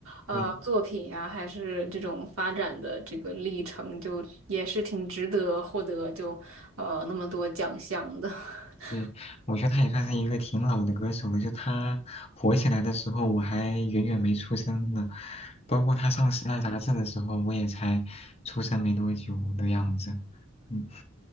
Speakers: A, on the right (about 80°); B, on the left (about 30°).
A: 呃，
B: 对。
A: 作品呀、还是这种发展的这个历程，就也是挺值得获得就，呃，那么多奖项的。<laughs>
B: 对，我觉得他也算是一个挺老的歌手了。就他火起来的时候，我还远远没出生呢。包括他上时代杂志的时候，我也才出生没多久的样子。嗯，